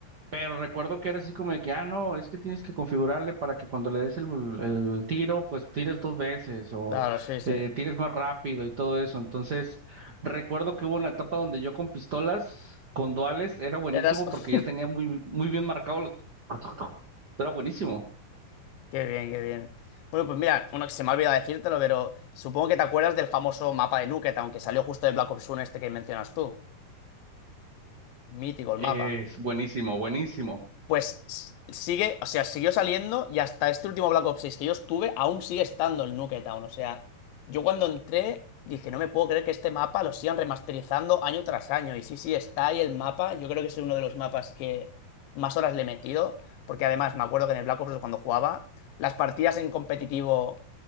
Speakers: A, on the right; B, on the left.
A: recuerdo que era así como de que, ah, no, es que tienes que configurarle para que cuando le des el, el tiro, pues tires dos veces o
B: Claro, sí, sí.
A: eh, tires más rápido y todo eso. Entonces, recuerdo que hubo una etapa donde yo con pistolas, con duales, era buenísimo
B: Eras. <laughs>
A: porque ya tenía muy, muy bien marcado los... <laughs> Era buenísimo.
B: Qué bien, qué bien. Bueno, pues mira, uno que se me ha olvidado decírtelo, pero supongo que te acuerdas del famoso mapa de Nuket, aunque salió justo de Black Ops 1 este que mencionas tú. Mítico el
A: Es
B: mapa.
A: buenísimo, buenísimo.
B: Pues s- sigue, o sea, siguió saliendo y hasta este último Black Ops seis que yo estuve, aún sigue estando el Nuketown. O sea, yo cuando entré dije, no me puedo creer que este mapa lo sigan remasterizando año tras año. Y sí, sí, está ahí el mapa. Yo creo que es uno de los mapas que más horas le he metido. Porque además me acuerdo que en el Black Ops cuando jugaba, las partidas en competitivo.